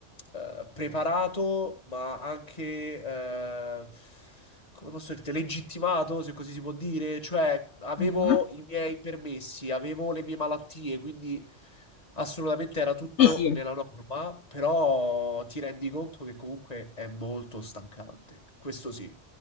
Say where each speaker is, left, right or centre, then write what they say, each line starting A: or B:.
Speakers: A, on the left (about 35°); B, on the left (about 70°).
A: eh, preparato, ma anche, eh, come posso dirti, legittimato, se così si può dire. Cioè, avevo
B: Mhm.
A: i miei permessi, avevo le mie malattie, quindi... Assolutamente era tutto
B: Sì, sì.
A: nella norma, però ti rendi conto che comunque è molto stancante. Questo sì.